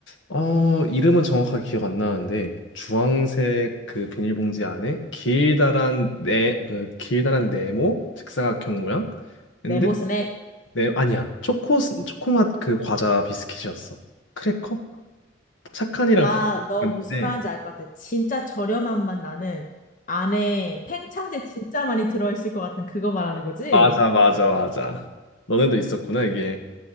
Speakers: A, on the left (about 70°); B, on the left (about 40°).
A: 어, 이름은 정확하게 기억 안 나는데, 주황색 그 비닐봉지 안에 길다란 네, 그 길다란 네모, 직사각형 모양? 근데,
B: 네모 스낵.
A: 네, 아니야. 초코, 초코맛 그 과자 비스킷이었어. 크래커? 착한이랑
B: 나,
A: 비슷한데,
B: 너 무슨 말인지 알 것 같아. 진짜 저렴한 맛 나는 안에 팽창제 진짜 많이 들어있을 것 같은 그거 말하는 거지?
A: 맞아, 맞아, 맞아. 너네도 있었구나, 이게.